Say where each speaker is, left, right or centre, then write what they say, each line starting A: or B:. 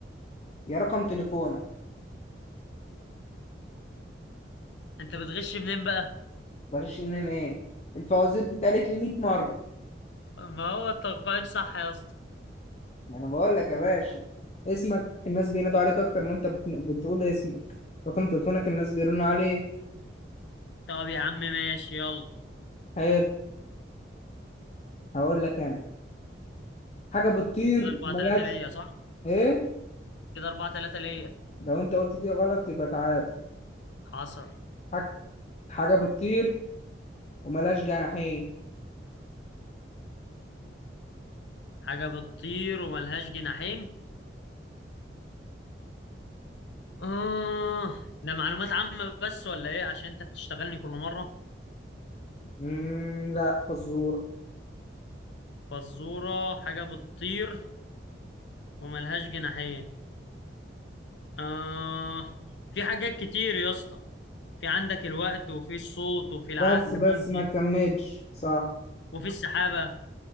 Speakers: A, on the left (about 35°); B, on the left (about 75°).
A: يا رقم تليفونك
B: انت بتغش منين بقى
A: بغش منين ايه الفوازير دي اتقالت لي 100 مرة
B: ما هو التلقائي صح يا اسطى
A: ما انا بقول لك يا باشا اسمك الناس بينادوا عليك اكتر ما انت بت- بتقول اسمك رقم تليفونك الناس بيرنوا عليك
B: طب يا عم ماشي يلا
A: حلو هقول لك انا حاجة بتطير
B: كده 4
A: وملهاش
B: 3 ليا صح
A: ايه
B: كده 4 3 ليا
A: لو انت قلت دي غلط يبقى تعادل
B: حصل
A: حاج- حاجة بتطير وملهاش جناحين
B: حاجه بتطير وملهاش جناحين اه ده معلومات عامه بس ولا ايه عشان انت بتشتغلني كل مره
A: مم، لا فزور
B: فزوره حاجه بتطير وملهاش جناحين اه في حاجات كتير يا اسطى في عندك الوقت وفي الصوت وفي العقل
A: بس بس
B: ممكن
A: ما كملش صح
B: وفي السحابة